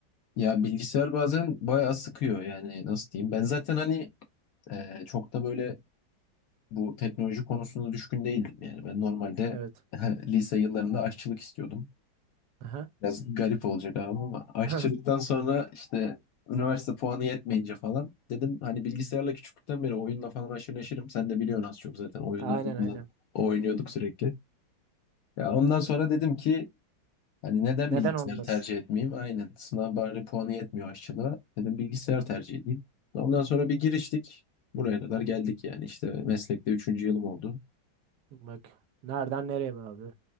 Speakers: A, on the left; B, on the right.
A: Ya bilgisayar bazen bayağı sıkıyor yani nasıl diyeyim. Ben zaten hani e, çok da böyle bu teknoloji konusunda düşkün değildim yani. Ben normalde
B: Evet.
A: <laughs> lise yıllarında aşçılık istiyordum.
B: Aha.
A: Biraz garip olacak abi ama aşçılıktan
B: <laughs>
A: sonra işte üniversite puanı yetmeyince falan dedim hani bilgisayarla küçüklükten beri oyunla falan aşırı neşirim. Sen de biliyorsun az çok zaten oyunlarda
B: Aynen aynen.
A: falan oynuyorduk sürekli. Ya ondan sonra dedim ki hani neden
B: Neden
A: bilgisayarı
B: olmaz?
A: tercih etmeyeyim? Aynen sınav bari puanı yetmiyor aşçılığa. Dedim bilgisayar tercih edeyim. Ondan sonra bir giriştik. Buraya kadar geldik yani işte meslekte üçüncü yılım oldu.
B: Bak nereden nereye be abi?